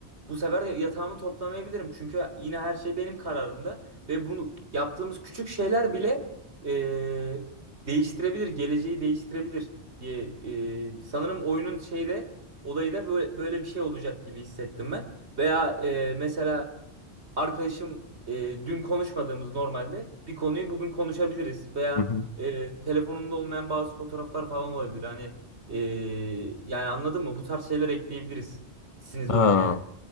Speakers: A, on the right; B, on the left.
A: bu sefer de yatağımı toplamayabilirim. Çünkü yine her şey benim kararımda. Ve bu yaptığımız küçük şeyler bile eee, değiştirebilir, geleceği değiştirebilir diye eee, sanırım oyunun şeyde olayı da böyle, böyle bir şey olacak gibi hissettim ben. Veya eee, mesela arkadaşım eee, dün konuşmadığımız normalde bir konuyu bugün konuşabiliriz. Veya
B: Hı hı.
A: eee, telefonumda olmayan bazı fotoğraflar falan olabilir. Hani eee, yani anladın mı? Bu tarz şeyler ekleyebiliriz. Siniz
B: Ha.
A: oyuna yani.